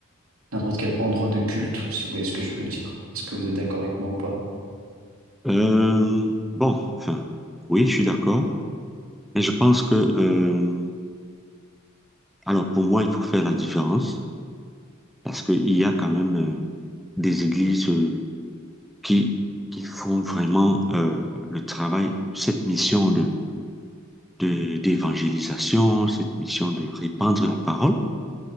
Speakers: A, on the right (about 85°); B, in the centre.
A: n'importe quel endroit de culte, si vous voyez ce que je veux dire. Est-ce que vous êtes d'accord avec moi ou pas?
B: Euh, bon, enfin, oui, je suis d'accord, mais je pense que euh, Alors pour moi, il faut faire la différence parce qu'il y a quand même euh, des églises euh, qui, qui font vraiment euh, le travail, cette mission de, de- d'évangélisation, cette mission de répandre la parole